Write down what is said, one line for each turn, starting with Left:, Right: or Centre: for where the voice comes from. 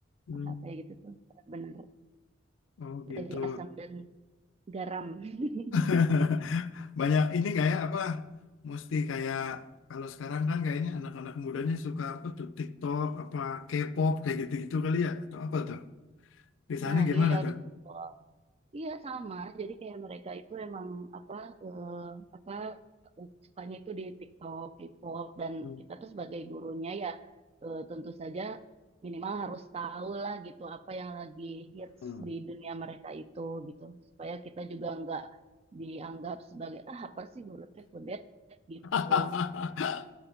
Left: Hmm.
Right: Hal kayak gitu tuh bener
Left: Oh gitu.
Right: jadi asam dan garam. <laughs>
Left: <laughs> Banyak ini nggak ya apa mesti kayak kalau sekarang kan kayaknya anak-anak mudanya suka apa tuh TikTok apa K-pop kayak gitu-gitu kali ya atau apa tuh? Di sana
Right: Nah,
Left: gimana
Right: iya
Left: tuh?
Right: betul. Iya sama. Jadi kayak mereka itu emang apa eh, apa eh, sukanya itu di TikTok, K-pop dan
Left: Hmm.
Right: kita tuh sebagai gurunya ya eh, tentu saja minimal harus tahu lah gitu apa yang lagi hits
Left: Hmm.
Right: di dunia mereka itu gitu supaya kita juga nggak dianggap sebagai ah apa sih guru teh kudet gitu.
Left: <laughs>
Right: <laughs>